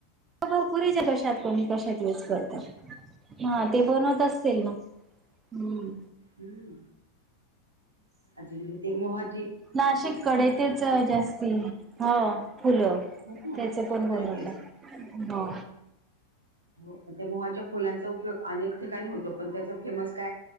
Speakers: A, on the right; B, on the right.
A: भरपरीच्या कशात कोणी कशात यूज करतात हा ते बनवत असतील ना हम्म
B: हम् अज ते मोहज
A: नाशिक कडे तेच जास्त ह फुलं
B: हो
A: त्याच
B: आमच्याकडे
A: पण कोण होत
B: तेच
A: हो
B: हो त्या मोहाच्या फुलांचा उपयोग अनेक ठिकाणी होतो पण त्याच फेमस काय